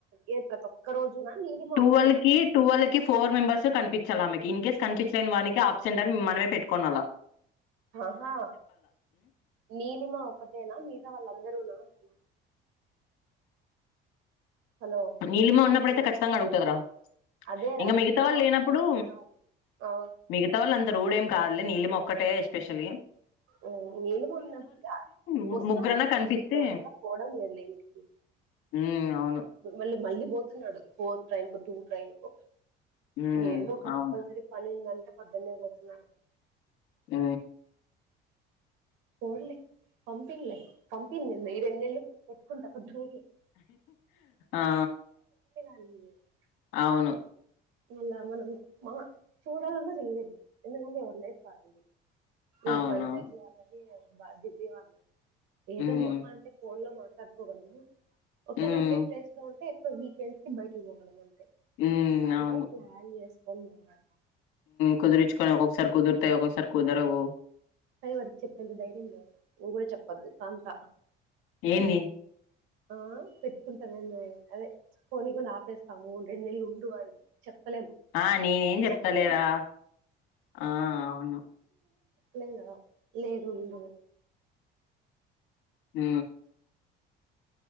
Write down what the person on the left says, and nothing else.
టూవల్
కి టూవల్ కి ఫోర్ మెంబర్స్ కనిపి చలామకి ఇన్ కేస్ కన్పిచలేైన్ వనికిప్ ంట అ మ మనమే పెట్టుకోనాలా
నీలిమ ఉన్నప్పుడు అయితే ఖచ్చి తంగా అడుగుతదిరా
ఇంగ మిగతా
వాళ్ళు
లేనప్పుడు
మిగతా వాళ్ళు అంత రూడ్ ఏం కాదులే నీలిమ ఒకటే ఎస్పెషల్లీ
ము-
ముగ్గురన్నా కనిపిస్తే
హ్మ్ అవును.
హ్మ్.
అవును.
ఆ
ఆ
అవును
అవునవును.
హ్మ్.
హ్మ్.
ఉ
అవును
కుదిరుచ్చికొని ఒక్కొక్కసారి కుదురుతాయి ఒొక్కసారి కుదరవు
ఏంది
ఆ నేనేం చెప్తలేదా
ఆ అవును
ఆ